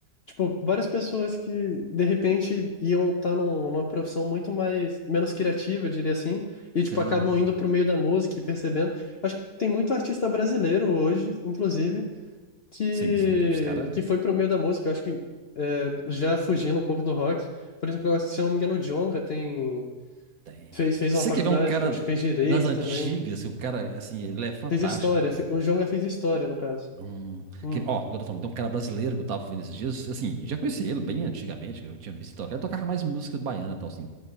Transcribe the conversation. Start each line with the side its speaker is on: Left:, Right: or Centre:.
Left: tipo, várias pessoas que, de repente, iam estar numa profissão muito mais, menos criativa, eu diria assim, e,
Right: Sim.
Left: tipo, acabam indo pro meio da música e percebendo. Acho que tem muito artista brasileiro hoje, inclusive, que,
Right: Sim, sim. Tem uns caras.
Left: que foi pro meio da música. Eu acho que, é, já fugindo um pouco do rock. Por exemplo, eu acho que, se eu não me engano, o Djonga tem...
Right: Tem.
Left: Fez, fez
Right: Se
Left: uma
Right: você
Left: faculdade,
Right: quer ver um cara
Left: acho que fez direito
Right: das antigas,
Left: também.
Right: que o cara, assim, ele é fantástico,
Left: Fez história.
Right: velho.
Left: fe- O Jonga fez história, no caso.
Right: Hum,
Left: Hum,
Right: que, ó, como eu tô falando, tem um cara brasileiro que eu tava vendo esses dias, assim, eu já conheci ele bem antigamente, que eu tinha visto ele tocar, ele tocava mais música baiana e tal, assim.